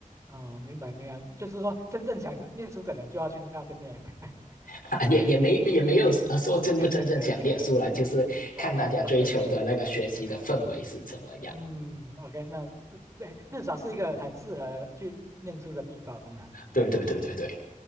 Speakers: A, on the right (about 20°); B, on the left (about 85°).
A: 哦，明白明白，就是说真正想念书的人就要去那边念，<laughs>
B: <laughs>
A: 是
B: 也也没也没有呃说真不真正想念书了，
A: <laughs>
B: 就是看大家追求的那个学习的氛围是怎么样。
A: 哦，OK，哎嗯，OK，那至对，至少是一个很适合去念书的地方啊，嗯。
B: 对对对对对，